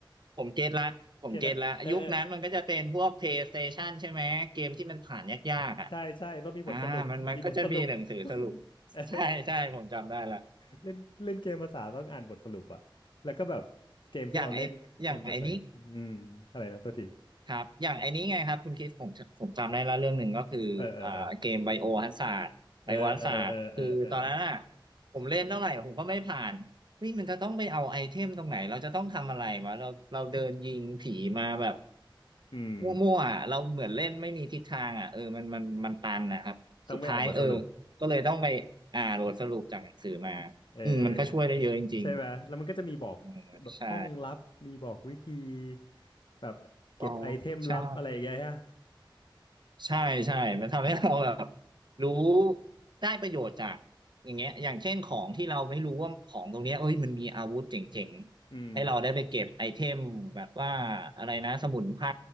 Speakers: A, on the right; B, on the left.
A: ผมเก็ตละผมเก็ตละยุคนั้นมันก็จะเป็นพวก
B: เก็ตละเออเออ
A: PlayStation ใช่ไหม เกมที่มันผ่านยากๆอ่ะ
B: ใช่ใช่ใช่ต้องมีบทสรุปมีบทสรุป
A: อ่ามันมันก็จะมีหนังสือสรุป
B: <laughs> เออ
A: ใช่ใช่ผมจำได้ละ
B: เล่นเล่นเกมภาษาต้องอ่านบทสรุปอะแล้วก็แบบเกมที่เราเล่นเป็นภาษาอืมอะไรนะโทษที
A: <laughs> อย่างไออย่างไอนี้ ครับอย่างไอ้นี้ไงครับคุณคริดผมผมจำได้แล้วเรื่องหนึ่งก็คืออ่าเกมไบโอฮัซาร์ดไบโอฮัซาร์ดคือตอนนั้นอ่ะ
B: เออเออเออเออเออเออเออเออ
A: ผมเล่นเท่าไหร่ผมก็ไม่ผ่านเฮ้ยมันจะต้องไปเอาไอเทมตรงไหนเราจะต้องทำอะไรวะเราเราเดินยิงผีมาแบบ
B: อืม
A: มั่วๆอ่ะเราเหมือนเล่นไม่มีทิศทางอ่ะเออมันมันมันตันนะครับสุดท้ายเออ
B: ต้องไปอ่านบทสรุป
A: ก็เลยต้องไปอ่าโหลดสรุปจากหนังสือมา
B: เอ
A: อืมมันก็ช่วยได้เยอะจริง
B: อใช่ไหมแล้วมันก็จะมีบอกแบบห้องลับมีบอกวิธี
A: ๆใช่
B: แบบเก็บไอเทมลับอะไรอย่างเงี้ยฮะ
A: อ๋อใช่ ใช่ใช่มันทำให้เราแบบรู้ได้ประโยชน์จากอย่างเงี้ยอย่างเช่นของที่เราไม่รู้ว่าของตรงเนี้ยเอ้ยมันมีอาวุธเจ๋งๆให้เราได้ไปเก็บไอเทมแบบว่าอะไรนะสมุนไพร
B: อืม